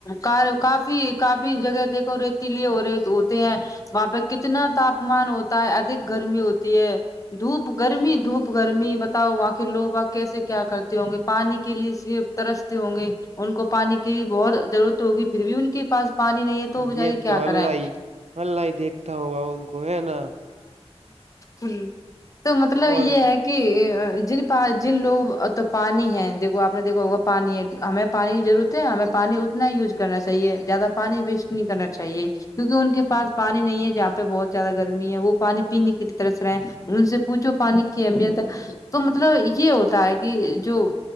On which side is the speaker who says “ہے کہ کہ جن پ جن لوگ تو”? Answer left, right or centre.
Left